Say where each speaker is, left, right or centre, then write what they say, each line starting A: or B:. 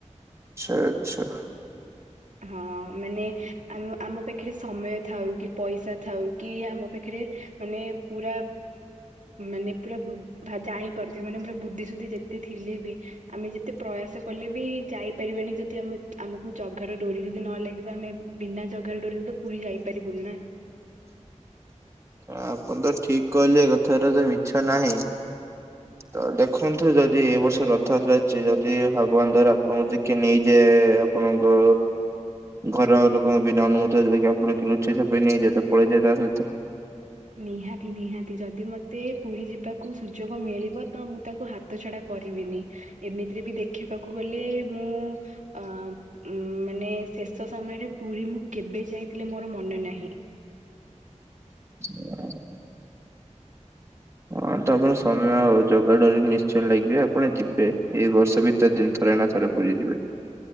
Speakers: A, on the right; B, on the right.
A: ଛା ଆଚ୍ଛା।
B: ହଁ ମାନେ ଆମ ଆମ ପାଖରେ ସମୟ ଥାଉ କି ପଇସା ଥାଉ କି ଆମ ପାଖରେ ମାନେ ପୁରା ମାନେ ପୁରା ଜାଣି ପାରୁଥିବ ମାନେ ପୁରା ବୁଦ୍ଧି ସୁୁଦ୍ଧି ଯେ ତେ ଥିଲେ ବି ଆମେ ଯେତେ ପ୍ରୟାସ କଲେ ବି ଯାଇପାରିବାନି ଯଦି ଆମ ଆମକୁ ଜ ଗାର ଡୋରି ଯଦି ନ ଲାଗିବ ଆମେ ବିନା ଜଗାର ଡୋରି ରେ ପୁରୀ ଯାଇପାରିବୁନି ନା।
A: ଆପଣ ତ ଠିକ କହିଲେ ଏ କଥାରେ ତ ମିଛ ନାହିଁ। ତ ଦେଖନ୍ତୁ ଯଦି ଏ ବର୍ଷ ରଥଯାତ୍ରା ଅଛି ଯଦି ଭଗବାନ ଦୟାରୁ ଆପଣଙ୍କୁ ଦେଖି କିଏ ନେଇଯାଏ ଆପଣଙ୍କ ଘର ଲୋକଙ୍କ ବିନା ଅନୁମତି ଯଦି କି ଆପଣ ଲୁଚେଇ ଛପେଇ ନେଇଯାଏ ପଳେଇଯାଏ ତା ସହିତ।
B: ନିହାତି ନିହାତି ଯଦି ମତେ ପୁରୀ ଯିବାକୁ ସୁଯୋଗ ମିଳିବ ତ ମୁଁ ତାକୁ ହାତ ହାତ ଛଡା କରିବିନି ଏମିତିରେ ବି ଦେଖିବାକୁ ଗଲେ ମୁଁ ଅ ଉ ମାନେ ଶେଷ ସମୟରେ ପୁରୀ ମୁଁ କେବେ ଯାଇଥିଲି ମୋର ମନେ ନାହିଁ।
A: <inaudible> ହଁ ତ ଆପଣ ସମୟ ଆଉ ଜଗାଡୋରି ନିଶ୍ଚୟ ଲାଗିବେ ଆପଣ ଯିବେ ଏଇ ବର୍ଷ ଭିତ ତିନ ଥରେ ନା ଥରେ ପୁରୀଯିବେ।